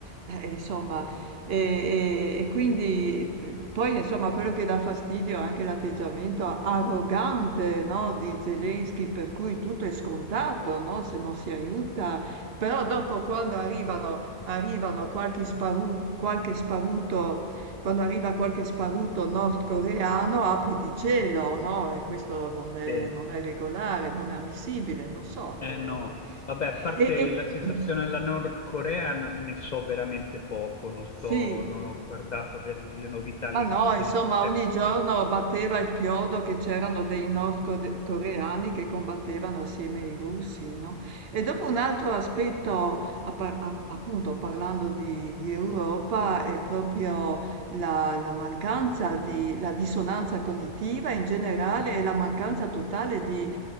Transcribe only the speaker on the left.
Sì.
Sì.
Eh
no, vabbè, a parte
la situazione
della Nord Corea n- ne so veramente poco, non sto,
non ho guardato che- le novità lì
che sono
successe.